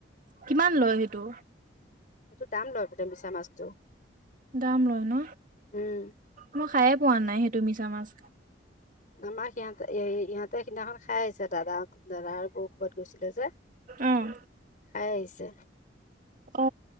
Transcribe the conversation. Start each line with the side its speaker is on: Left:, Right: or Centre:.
Right: কিমান লয় সেইটো?
Left: সেইটো দাম লয় এতিয়া মিছা মাছটো
Right: দাম লয় ন
Left: উম
Right: মই খায়ে পোৱা নাই সেইটো মিছা মাছ।
Left: আমাক সিহঁতে ইহঁতে সিদিনাখন খাই আহিছে দাদা দাদা বৌ ক'বাত গৈছিলে যে
Right: অ',
Left: খাই আহিছে
Right: অ